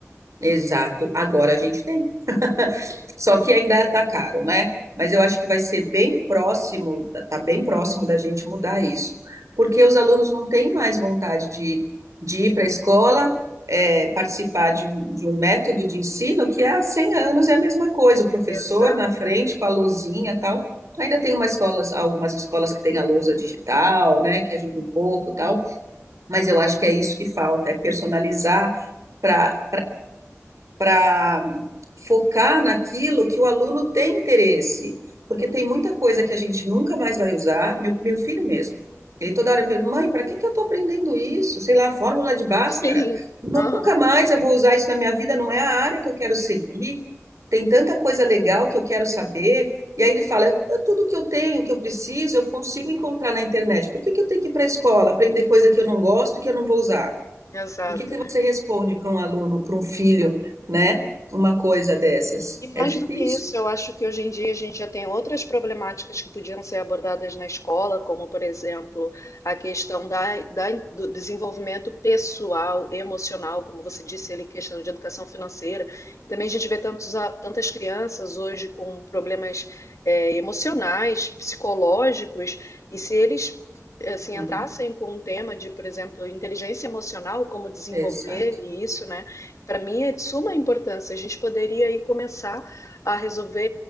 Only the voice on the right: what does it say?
Exato. Agora a gente tem. <laughs> Só que ainda está caro, né? Mas eu acho que vai ser bem próximo, tá bem próximo da gente mudar isso. Porque os alunos não têm mais vontade de, de ir para a escola, é, participar de um, de um método de ensino que há 100 anos é a mesma coisa. O professor
na frente com a lousinha e tal. Ainda tem umas escolas, algumas escolas que têm a lousa digital, né? Que ajuda um pouco e tal. Mas eu acho que é isso que falta, é personalizar para para focar naquilo que o aluno tem interesse, porque
tem muita coisa que a gente nunca mais vai usar. Meu, meu filho mesmo, ele toda hora me pergunta, mãe, para que que eu estou aprendendo isso? Sei lá, a fórmula de Bhaskara.
Nunca mais eu vou usar isso na minha vida, não é a área que eu quero seguir. Tem tanta coisa legal que eu quero saber. E aí ele fala, eu, eu- tudo que eu tenho, que eu preciso, eu consigo encontrar na internet. Por que que eu tenho que ir para a escola, aprender coisa que eu não gosto e que eu não vou usar?
E o que que você responde para um aluno, para um filho, né? Uma coisa dessas?
É difícil.
Uhum,
Exato.